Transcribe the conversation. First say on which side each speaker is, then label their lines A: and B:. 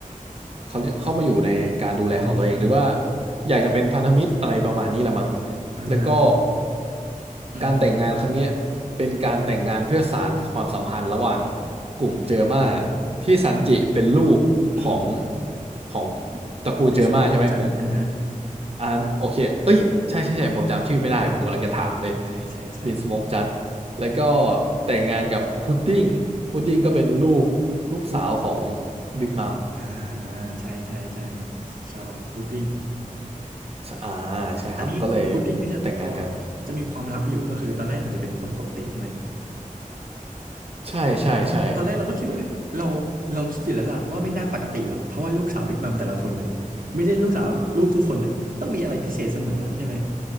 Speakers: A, on the right; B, on the right.
A: เขาเข้ามาอยู่ในการดูแลของตัวเองหรือว่า
B: อ๋อ
A: อยากจะเป็นพันธมิตรอะไรประมาณนี้ละมั้ง
B: อ่าฮะ
A: แล้วก็
B: อืม
A: การแต่งงานครั้งเนี้ยเป็นการแต่งงานเพื่อสานความสัมพันธ์ระหว่าง
B: อืมอืม
A: กลุ่มเจอมาที่ซันจิเป็นลูกของ
B: อืม
A: ของตระกูลเจอมาใช่ไหมผม
B: วินสโมกจัดอ่าฮะ
A: อ่านโอเคเอ้ยใช่ใช่ใช่ผมจำชื่อไม่ได้ผมกำลังจะถามเลย
B: อ่าอ่าอ่าใช่ใช่ใช่
A: วินสโมกจัดแล้วก็แต่งงานกับพุดดิ้งพุดดิ้งก็เป็นลูกลูกสาวของ
B: ลูก
A: บิ๊กมัม
B: อ่าอ่าใช่ใช่ใช่ชาลอตพุดดิ้ง
A: อ่าใช่ครับก็เลย
B: อันนี้พุดดิ้งก็จะพอ
A: แต่งงานกัน
B: จะมีความลับอยู่ก็คือตอนแรกเหมือนจะเป็นคนปกติใช่ไหม
A: ใช่ใช่ใช่
B: อ่าตอนแรกเราก็คิดว่าเราเราคิดอยู่แล้วล่ะว่าไม่น่าปกติหรอกเพราะว่าลูกสาวบิ๊กมัมแต่ละคนน่ะไม่ได้ลูกสาวลูกทุกคนน่ะต้องมีอะไรพิเศษเสมออะใช่ไหม
A: เออ